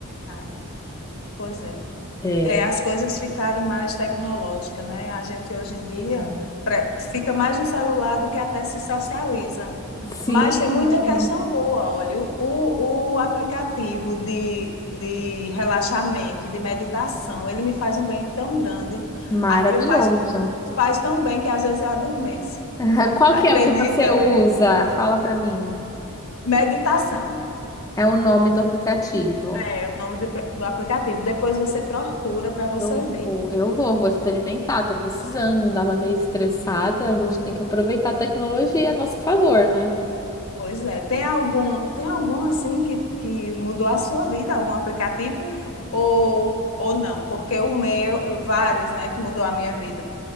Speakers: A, on the left; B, on the left.
A: Verdade. Pois é.
B: É.
A: É, as coisas ficaram mais tecnológicas, né? A gente hoje em dia
B: Sim,
A: pre- fica mais no celular do que até se socializa.
B: sim,
A: Mas tem muita questão
B: sim.
A: boa, olha, o, o o aplicativo de, de relaxamento, de meditação, ele me faz um bem tão grande.
B: maravilhoso.
A: Ah, Eu faz, faz tão bem que às vezes eu adormeço.
B: <laughs>
A: <laughs>
B: Qual
A: Acredita,
B: que é o que você usa?
A: mulher?
B: Fala para mim.
A: Meditação
B: É o nome do aplicativo.
A: é o nome do, do aplicativo. Depois você procura para você
B: Eu
A: ver.
B: vou, eu vou, vou experimentar, tô precisando, andava meio estressada, a gente tem que aproveitar a tecnologia a nosso favor, né?
A: Pois é. Tem algum, tem algum assim que, que mudou a sua vida, algum aplicativo ou, ou não? Porque o meu, vários, né, que mudou a minha vida.